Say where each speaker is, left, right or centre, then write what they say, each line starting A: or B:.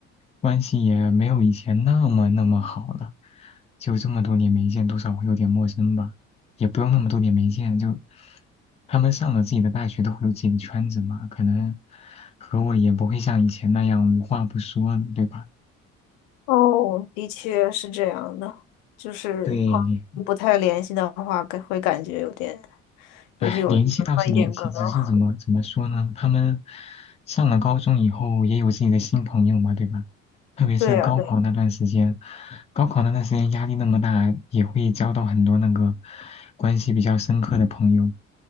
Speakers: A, on the left (about 15°); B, on the left (about 65°).
A: 关系也没有以前那么那么好了。就这么多年没见，多少会有点陌生吧。也不用那么多年没见，就他们上了自己的大学，都会有自己的圈子嘛，可能和我也不会像以前那样无话不说了，对吧？
B: 哦，的确是这样的，就是朋友不太联系的话，
A: 对，
B: 感会感觉有点有点有文化一点隔阂。
A: 唉，联系倒是联系，只是怎么怎么说呢？他们上了高中以后也有自己的新朋友嘛，对吧？特别是高考那段时间，
B: 对呀，对，
A: 高考那段时间压力那么大，也会交到很多那个关系比较深刻的朋友。